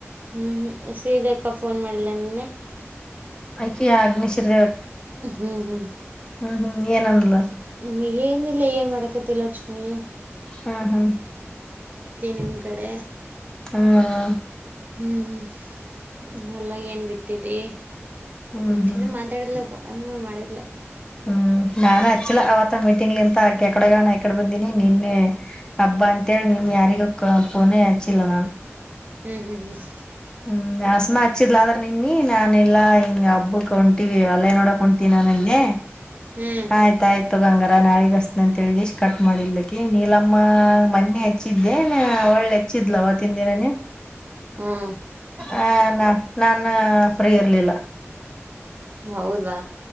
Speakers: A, on the right; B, on the left.
A: ಹ್ಮ್ ಹ್ಮ್ ಸ್ರೀದ ಅಕ್ಕ ಫೋನ್ ಮಾಡಿಲ್ಲ ನಿನ್ನೆ.
B: ಆಯ್ಕೆಾ ಅಗ್ನಿಶರ
A: ಹ್ಮ್ ಹ್ಮ್.
B: ಹ್ಮ್ ಹ್ಮ್ ಏನಂದಲ
A: ಹ್ಮ್ ಏನಿಲ್ಲ ಏನ್ ಮಾಡಕತಿ ಲಕ್ಷ್ಮೀ.
B: ಹ್ಮ್ ಹ್ಮ್
A: ನಿಮ್ ಕಡೆ.
B: ಹ್ಮ
A: ಹ್ಮಞ ಹೊಲ ಏನ್ ಬಿಡ್ತರಿ
B: ಹ್ಮ್
A: ಹಂತ
B: ಹ್ಮ್ ಹ್ಮ್
A: ಹೇಳಿ ಮಾತಾಡಿಲ್ಲಪ್ಪ. <inaudible> ಹಂಗೆ ಮಾಡಿಲ್ಲ <inaudible>
B: ಹ್ಮ. ನಾನನ್ ಹಚ್ಚಲ ಅವತ್ತ ಮೀಟಿಂಗ್ ಇಂತ ಆಕಕಡೆಗ ಆಕಡೆ ಬಂದಿನಿ ನಿನ್ನೆ ಹಬ್ಬ ಅಂತೇಳಿ ನೀ ಯಾರಗ ಪಣೆ ಆಚ ಇಲ್ಲ ನಾನ್
A: ಹ್ಮ್ ಹ್ಮ್ ಹ್ಮ್
B: ಹ್ಮ್ ಹಸಮ ಹಚ್ಚಿದ್ಲ ಆದ್ರ ನಿನ್ನಿ ನಾನ ಎಲ್ಲಾ ಹಿಂಗ ಹಬ್ಬ ಕಂ ಅಲ್ಲೈ ನೋಡಕೊಂತೀ ನಾನ ಅಲ್ಲಿೇ
A: ಹ್ಞೂ
B: ಆಯ್ತಾಯಯ್ತು ಅಂಗಾರ ನಾಳೆಗಸ್ ಅಂತ ಹೇಳಿ ಕಟ್ ಮಾಡಲ್ಕ ನೀಲಮ್ಮ ಮನ್ನೆ ಹಚ್ಚಿದ್ದೆ ಒಳ್ಳೆ ಹೆಚ್ಚಿದ್ಲವತ್ತಿನ ದಿನನನೆ
A: ಹ್ಞೂ ಹ್ಞೂ
B: ಆ ನಾ ನಾನು ಫ್ರೀ ಇರ್ಲಿಲ್ಲ
A: ಹೌದಾ